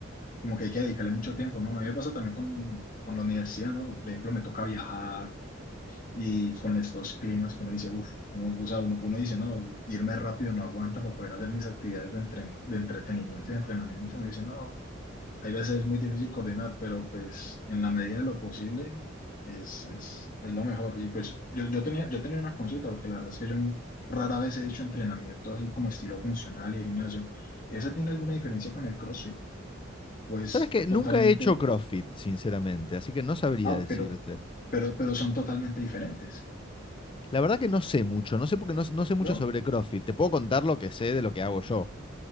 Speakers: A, on the left; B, on the left.
A: como que hay que dedicarle mucho tiempo, ¿no? A mí me pasa también con, con la universidad, ¿no? Por ejemplo, me toca viajar y con estos climas que uno dice, uff, o sea, uno, uno dice, no, irme rápido no aguanta para poder hacer mis actividades de, entre- de entretenimiento y entrenamiento. Uno dice, no, hay veces es muy difícil coordinar, pero pues en la medida de lo posible es, es, es lo mejor. Y pues yo, yo tenía, yo tenía una consulta, porque la verdad es que yo no, rara vez he hecho entrenamiento así como estilo funcional y de gimnasio. ¿Esa tiene alguna diferencia con el CrossFit? Pues
B: ¿Sabes que
A: totalmente,
B: Nunca he hecho CrossFit, sinceramente, así que no sabría
A: ah,
B: decirte.
A: pero, pero, pero son totalmente diferentes,
B: La verdad que no sé mucho, no sé porque no, no sé mucho
A: ¿no?
B: sobre CrossFit. Te puedo contar lo que sé de lo que hago yo.